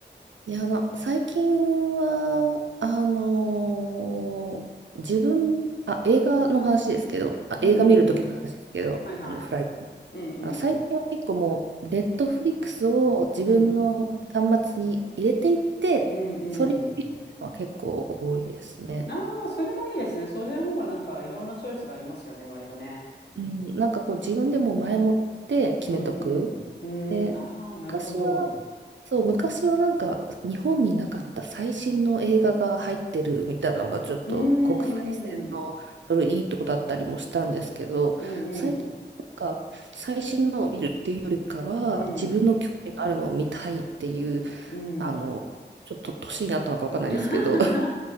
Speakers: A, on the right; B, on the left.
A: いや、な、最近は、あのー自分、あ、映画の話ですけど、あ、
B: うんうん。
A: 映画見るときの話ですけど、
B: はいはい。
A: あの、フライト。
B: うんうん。
A: あ、最近は結構もう、ネットフリックスを自分の端末に入れていって、
B: うん。うんうん。
A: それを見るのは結構多いですね。
B: ああ、それもいいですね。そうじゃ方がなんかいろんなチョイスがありますよね、割とね。
A: うん、なんかこう、自分でも前もって決めとく。
B: うんうん。うーん、
A: で、
B: ああ、なるほど。
A: 昔は、そう、昔はなんか日本になかった最新の映画が入ってるみたいなのがちょっと国際線のドルいいとこだったりもしたんですけど、
B: うーんうん。うんうん。
A: 最近なんか最新のを見るっていうよりかは自分の興味のあるのを見たいっていう、
B: うん。うん。
A: あの、ちょっと年になったのかわかんないですけど、
B: <laughs>